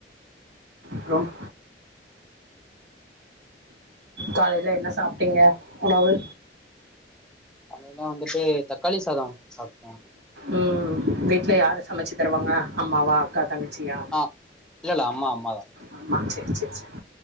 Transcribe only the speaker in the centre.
காலைல வந்துட்டு தக்காளி சாதம் சாப்ட்டோ
அ இல்ல இல்ல அம்மா அம்மாதா